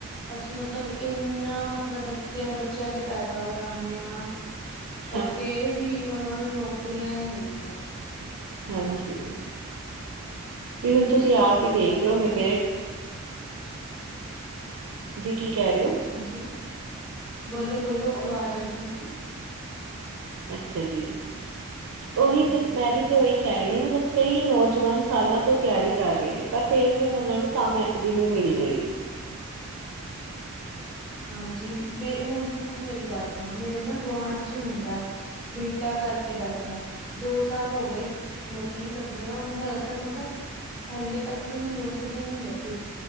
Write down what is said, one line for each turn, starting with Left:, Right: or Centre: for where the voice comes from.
Centre: ਅਸੀਂ ਮਤਲਬ ਏਨਾ ਮਤਲਬ ਬੱਤਿਆਂ ਬੱਚਿਆਂ ਤੇ ਪੈਸਾ ਲਗਾਨੇ ਆ
Right: <inaudible>
Centre: ਪਰ ਫੇਰ ਵੀ ਓਨਾਂ ਨੂੰ ਨੌਕਰੀਆਂ ਨੀ ਮਿਲਦੀਆਂ।
Right: ਹਾਂਜੀ। ਵੀ ਹੁਣ ਤੁਸੀਂ ਆਪ ਈ
Centre: ਮਤਲਬ
Right: ਦੇਖਲੋ
Centre: ਉਹ
Right: ਮੇਰੇ ਜੀ ਕੀ ਕੈ ਰੇ ਓ?
Centre: ਹਾਂਜੀ ਬੋਲੋ-ਬੋਲੋ ਆਵਾਜ਼ ਅੜ ਗਈ ਸੀ।
Right: ਅੱਛਾ ਜੀ
Centre: ਹਾਂਜੀ।
Right: ਓਹੀ ਤਾਂ ਮੈਂ ਵੀ ਤੇ ਓਈ ਕੈ ਰੀਆ ਮਤਲਬ ਕਈ ਨੌਜਵਾਨ ਸਾਲਾਂ ਤੋਂ ਤਿਆਰੀ ਕਰ ਰੇ ਨੇ ਪਰ ਫੇਰ ਵੀ ਓਨ ਓਨਾਂ ਨੂੰ ਕਾਮਯਾਬ ਯਾਭੀ ਨੀ ਮਿਲੀ ਹੋਈ।
Centre: ਹਾਂਜੀ ਮੇ ਹੁਣ ਤੁਸੀਂ ਮੇਰੀ ਗੱਲ ਸੁਣੋ ਮੇਰੇ ਨਾ ਗੁਆਂਢ ਚ ਈ ਮੁੰਡਾ ਬੀ ਟੈਕ ਕਰਕੇ ਬੈਠਾ ਦੋ ਸਾਲ ਹੋ ਗਏ ਨੌਕਰੀ ਲੱਭਦਿਆਂ ਓਨੂੰ ਹਲੇ ਤੱਕ ਮਤਲਬ ਹਾਲੇ ਤੱਕ ਵੀ ਓਨੂੰ ਨੌਕਰੀ ਨੀ ਲੱਭੀ।